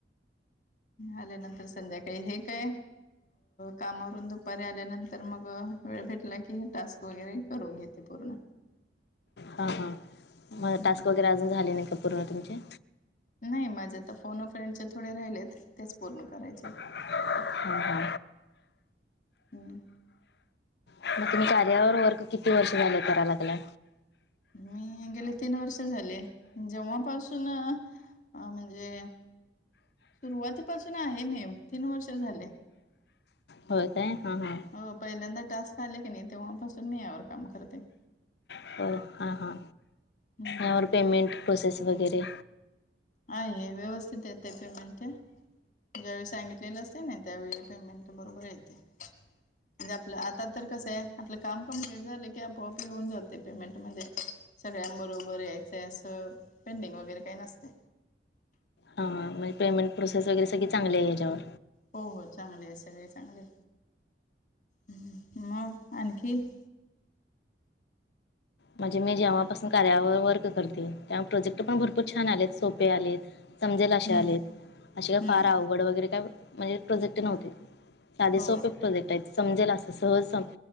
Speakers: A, on the left; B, on the left.
A: आल्यानंतर संध्याकाळी हे ते कामावरून दुपारी आल्यानंतर तर मग वेळ भेटला की हे टास्क वगैरे करून घेते पूर्ण.
B: हा हा <inaudible> मग
A: हम्म
B: टास्क वगैरे अजून झाले नाही का पूर्ण तुमचे?
A: नाही माझ्या तर फोन फ्रेंडचे थोडे राहिलेत तेच पूर्ण करायचेत.
B: <inaudible> <unintelligible> हम हम
A: हम्म
B: <inaudible> मग तुम्ही कार्यावर वर्क किती वर्ष झालेय कराय लागला?
A: मी गेले तीन वर्ष झाले जेव्हापासून म्हणजे सुरुवातीपासून आहे मी तीन वर्ष झाले.
B: होय काय हां- हां
A: हो, पहिल्यांदा टास्क आले की नाही तेव्हापासून मी यावर काम करते.
B: <inaudible> हो हां- हां
A: हम्म
B: यावर पेमेंट प्रोसेस वगैरे,
A: आहे हे व्यवस्थित येते पेमेंट. ज्यावेळी सांगितलेलं असतय ना त्यावेळी पेमेंट बरोबर येते <inaudible> म्हणजे आपलं आता तर कसं आहे आपलं काम कमप्लेट झालं की आपोआपी होऊन जाते पेमेंट म्हणजे <inaudible> सगळ्यांबरोबर <inaudible> यायचंय असं पेंडिंग वगैरे काही नसतय.
B: हां म्हणजे पेमेंट प्रोसेस वगैरे सगळी चांगली आहे ह्याच्यावर
A: हो हो चांगले आहे सगळे चांगले.. हम्म मग आणखी <inaudible>
B: माझे मी जेव्हापासून कार्यावर वर्क करते तेव्हा प्रोजेक्ट पण भरपूर छान आलेत सोपे आलेत. समजेल
A: हम्म
B: अशे आलेत अशे काय
A: हम्म
B: फार अवघड वगैरे काय म्हणजे प्रोजेक्ट नव्हते साध
A: हो
B: सोपे <inaudible> प्रोजेक्ट आहेत समजेल असं सहज सम-